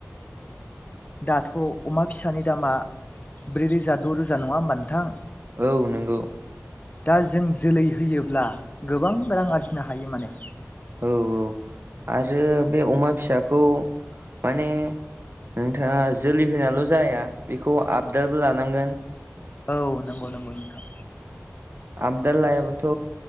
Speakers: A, on the left; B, on the right.
A: दाथ' अमा फिसानि दामा ब्रै रोजा द' रोजा नङा होमबा नोंथां
B: औ नंगौ
A: दा जों जोलै होयोब्ला गोबां रां आरजिनो हायो माने
B: औ औ आरो बे अमा फिसाखौ माने नोंथाङा जोलै होनाल' जाया बेखौ आपडारबो लानांगोन
A: औ नंगौ नंगौ नोंथां
B: आबदाल लायाबाथ'